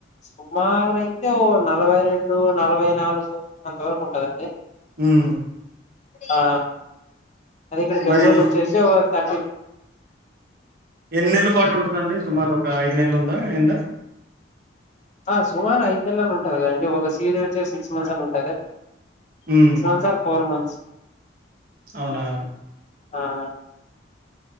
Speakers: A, on the left; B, on the right.
A: సుమారు అయితే ఓ నలభై రెండు నలభై నాలుగు అంత వరకు ఉంటదండి.
B: ఉహు్
A: ఆ అది ఇక్కడ బెంగళూరు
B: మరి
A: వచ్చేసి ఓ థర్టీ
B: ఎన్ని నెలు ఫాటు ఉంటదండి.. సుమారు ఒక ఐదు నెలు ఉందా ఎండ
A: ఆ సుమార్ ఐదు నెల్ అని ఉంటాద్ గాండి. ఒక సీజ వచ్చేస్ సిక్స్ మంత్స్ అని ఉంటదా.
B: ఉమ్
A: సన్ సార్ ఫోర్ మన్స్.
B: అవునా
A: ఆఆ